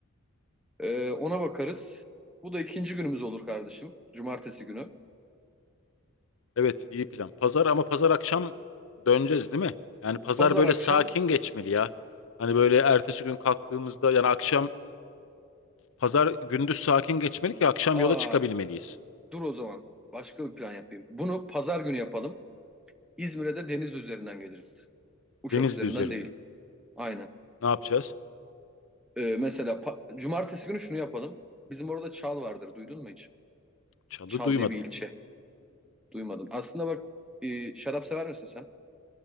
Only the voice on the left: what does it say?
Evet iyi plan. Pazar ama pazar akşam döneceğiz değil mi? Yani pazar
böyle
sakin geçmeli ya. Hani böyle ertesi gün kalktığımızda yani akşam pazar gündüz sakin geçmeli ki akşam
yola çıkabilmeliyiz.
Denizli
üzerinde.
Ne yapacağız?
Çalı
duymadım.